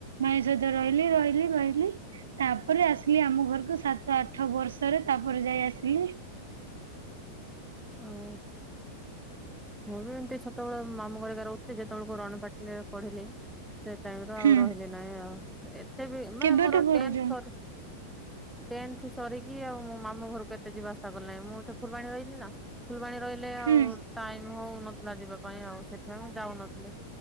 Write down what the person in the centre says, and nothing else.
ଓହୋ! ମୁଁ ବି ଏମତି ଛୋଟବେଳେ ମାମୁଁ କରିକ ରହୁଥିଲି ଯେତେବେଳକୁ ରଣପଟ ପଢିଲି। ସେ ଟାଇମରେ ଆଉ
ରହିଲି ନାହିଁ। ଆଉ ଏତେ ବି ମାନେ
ମୋର
ଟେନ୍ ପରେ ଟେନ୍ଥ ସରିକି ଆଉ ମୋ ମାମୁଁ ଘରକୁ କେତେ ଯିବା ଆସା କଲାଣି ମୁଁ ଏଠି ଫୁଲବାଣୀ ରହିଲି ନା। ଫୁଲବାଣୀ ରହିଲେ ଆଉ
ଟାଇମ ହଉନଥିଲା ଯିବା ପାଇଁ ଆଉ ସେଥିପାଇଁ ମୁଁ ଯାଉନଥିଲି।